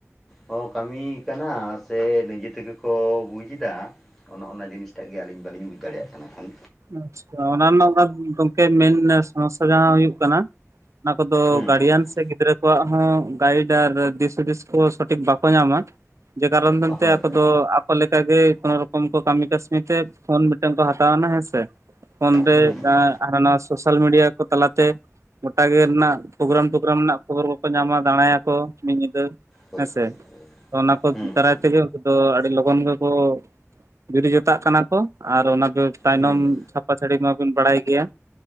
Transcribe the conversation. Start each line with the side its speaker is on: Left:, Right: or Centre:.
Centre: ᱦᱚ ᱠᱟᱹᱢᱤ ᱠᱟᱱᱟ ᱥᱮ ᱱᱤᱡᱮ ᱛᱮᱜᱮ ᱠᱚ ᱵᱩᱡ ᱫᱟ᱾ ᱚᱱᱮ ᱚᱱᱟ ᱡᱤᱱᱤᱥ ᱴᱟᱜ ᱜᱮ ᱟᱹᱞᱤᱧ ᱵᱟᱟᱹᱞᱤᱧ ᱵᱩᱡ ᱫᱟᱲᱮᱭᱟᱜ ᱠᱟᱱᱟ ᱠᱷᱟᱱ
Right: ᱟᱪᱪᱷᱟ ᱚᱱᱟ ᱨᱮᱱᱟᱜ ᱜᱚᱝᱠᱮ ᱢᱮᱱ ᱥᱚᱢᱚᱥᱟ ᱡᱟᱦᱟᱸ ᱦᱩᱭᱩᱜ ᱠᱟᱱᱟ ᱚᱱᱟ ᱠᱚᱫᱚ
Centre: ᱦᱩᱸ
Right: ᱜᱟᱹᱰᱤᱭᱟᱱᱥ
Centre: ᱦᱩᱸ
Right: ᱥᱮ ᱜᱤᱫᱽᱨᱟᱹ ᱠᱚᱣᱟᱜ ᱦᱚᱸ ᱜᱟᱭᱤᱰᱟᱨ ᱫᱤᱥ ᱦᱩᱫᱤᱥ ᱠᱚ ᱥᱚᱴᱷᱤᱠ ᱵᱟᱠᱚ ᱧᱟᱢᱟ ᱾ ᱡᱮ ᱠᱟᱨᱚᱱ ᱢᱮᱱᱛᱮ
Centre: ᱦᱳᱭ ᱦᱳᱭ
Right: ᱟᱠᱚ ᱫᱚ ᱠᱚᱞᱮᱠᱟ ᱜᱮ ᱠᱳᱱᱳ ᱨᱚᱠᱚᱢ ᱠᱚ ᱠᱟᱹᱢᱤ ᱠᱟᱥᱱᱤ ᱛᱮ ᱯᱷᱳᱱ ᱢᱮᱫᱴᱟᱝ ᱠᱚ ᱦᱟᱛᱟᱣ ᱱᱟ ᱦᱮᱸ ᱥᱮ ᱯᱷᱱᱰᱮ
Centre: ᱦᱩᱸ ᱦᱩᱸ
Right: ᱦᱟᱨᱟᱱᱟ <unintelligible> ᱥᱳᱥᱟᱞ ᱢᱤᱰᱤᱭᱟ ᱠᱚ ᱛᱟᱞᱟ ᱛᱮ ᱜᱚᱴᱟ ᱜᱮ ᱨᱮᱱᱟᱜ ᱯᱨᱳᱜᱜᱨᱟᱢ ᱴᱳᱜᱜᱨᱟᱢ ᱨᱮᱱᱟᱜ ᱠᱷᱚᱵᱚᱨ ᱠᱚᱠᱚ ᱧᱟᱢᱟ ᱫᱟᱲᱟᱭᱟᱠᱚ ᱾ ᱚ ᱢᱤᱫ ᱧᱤᱫᱟᱹ
Centre: ᱦᱳᱭ
Right: ᱦᱮᱸᱥᱮ
Centre: ᱦᱳᱭ
Right: ᱚᱱᱟ ᱠᱚ
Centre: ᱦᱩᱸ
Right: ᱫᱟᱨᱟᱭ
Centre: ᱦᱩᱸ
Right: ᱛᱮᱜᱮ ᱩᱱᱠᱩ ᱫᱚ ᱟᱹᱰᱤ ᱞᱚᱜᱚᱱ ᱜᱮᱠᱚ ᱡᱩᱨᱤ ᱡᱚᱛᱟᱜ ᱠᱟᱱᱟ ᱠᱚ ᱟᱨ ᱚᱱᱟ ᱫᱚ
Centre: ᱦᱩᱸ
Right: ᱛᱟᱭᱱᱚᱢ ᱪᱷᱟᱯᱟ ᱥᱟᱹᱲᱤ ᱢᱟᱵᱤᱱ ᱵᱟᱲᱟᱭ ᱜᱮᱭᱟ